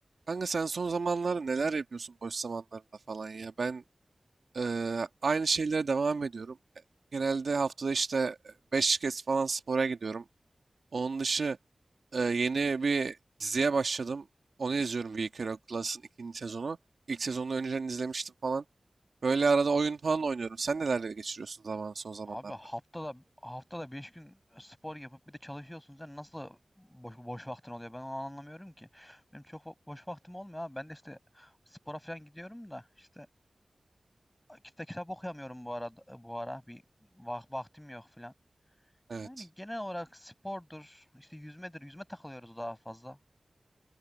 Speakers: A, on the right; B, on the left.
A: Kanka sen son zamanlarda neler yapıyorsun boş zamanlarında falan ya? Ben eee, aynı şeylere devam ediyorum. E, Genelde haftada işte e, 5 kez falan spora gidiyorum. Onun dışı e, yeni bir diziye başladım. Onu izliyorum We Care Class'ın ikinci sezonu. İlk sezonu önceden izlemiştim falan. Böyle arada oyun falan oynuyorum. Sen nelerle geçiriyorsun zaman son zamanlarda?
B: Abi haftada haftada 5 gün spor yapıp bir de çalışıyorsun. Sen nasıl boş, boş vaktin oluyor? Ben onu anlamıyorum ki. Benim çok bo- boş vaktim olmuyor abi. Ben de işte spora falan gidiyorum da işte kitap, kitap okuyamıyorum bu arada bu ara bir vak- vaktim yok falan.
A: Evet.
B: Yani genel olarak spordur, işte yüzmedir. Yüzme takılıyoruz daha fazla.